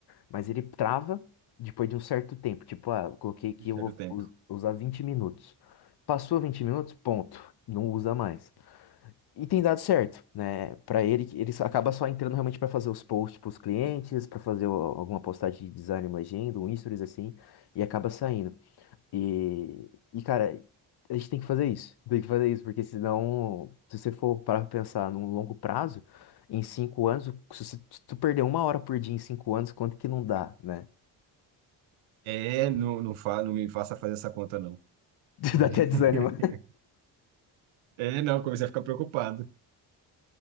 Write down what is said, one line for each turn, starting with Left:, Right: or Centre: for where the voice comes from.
Left: mas ele trava depois de um certo tempo. Tipo, ah, eu coloquei que
Right: um
Left: eu
Right: certo
Left: vou
Right: tempo.
Left: us- usar 20 minutos. Passou 20 minutos, ponto. Não usa mais. E tem dado certo, né? Para ele, ele só- acaba só entrando realmente para fazer os posts para os clientes, para fazer o- alguma postagem de design, uma agenda, um stories assim, e acaba saindo. E, e cara, a gente tem que fazer isso. Tem que fazer isso, porque senão, se você for parar para pensar num longo prazo, em cinco anos, se você- se tu perder uma hora por dia em cinco anos, quanto que não dá, né?
Right: É, não, não, fa, não me faça fazer essa conta, não.
Left: <laughs>
Right: <laughs>
Left: Dá até desânimo.
Right: É, não, comecei a ficar preocupado.